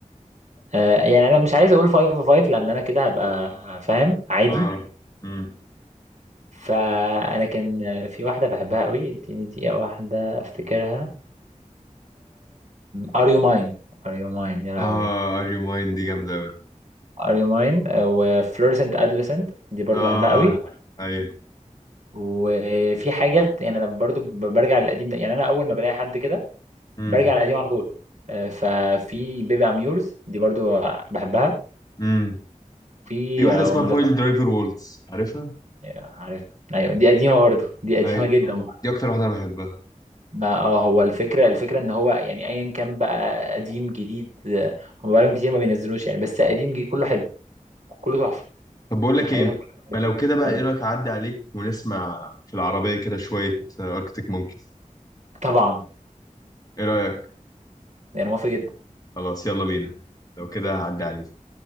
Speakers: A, on the right (about 60°); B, on the left (about 25°).
A: آه، يعني انا مش عايز اقول 5 5 لان انا كده هبقى فاهم عادي
B: اه امم
A: فانا كان آه، في واحده بحبها قوي اديني دقيقه واحده افتكرها ار يو ماين ار يو ماين يا لهوي
B: اه ار يو ماين دي جامدة قوي
A: ار يو ماين وفلورسنت ادلسنت دي برضو
B: اه
A: بحبها قوي
B: ايوه
A: وفي حاجات يعني انا برضو ب- برجع للقديم ده يعني انا اول ما بلاقي حد كده
B: امم
A: برجع للقديم على طول آه، ففي بيبي اميورز دي برضو بحبها
B: امم
A: في
B: في واحدة اسمها
A: وينز
B: بويل درايفر وولتس عارفها؟
A: عارف ايوه دي قديمه برضو دي قديمه
B: ايوه
A: جدا
B: دي اكتر واحدة انا بحبها
A: ما اه هو الفكرة الفكرة ان هو يعني ايا كان بقى قديم جديد آه، هم بقالهم كتير ما بينزلوش يعني بس قديم جديد كله حلو كله تحفة
B: طب بقول
A: يعني
B: لك
A: حاجاتهم
B: ايه
A: كلها حلوة.
B: ما لو كده بقى
A: أقول لك.
B: ايه رايك اعدي عليك ونسمع في العربية كده شوية اركتيك مونكيز
A: طبعا
B: ايه رايك
A: يعني موافق جدا
B: خلاص يلا بينا لو كده هعدي عليك